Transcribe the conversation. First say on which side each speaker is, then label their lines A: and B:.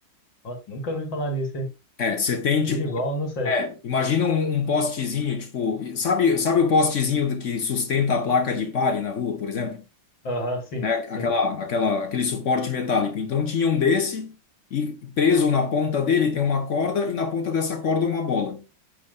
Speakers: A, on the left (about 65°); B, on the left (about 45°).
A: Nossa, nunca ouvi falar disso, hein?
B: É, você tem
A: Speedball,
B: tipo,
A: não sei.
B: é, imagina um, um postezinho, tipo, e- sabe, sabe o postezinho do- que sustenta a placa de pare na rua, por exemplo?
A: Aham, sim,
B: Né?
A: sim.
B: Aquela, aquela, aquele suporte metálico. Então tinha um desse e preso na ponta dele tem uma corda e na ponta dessa corda uma bola.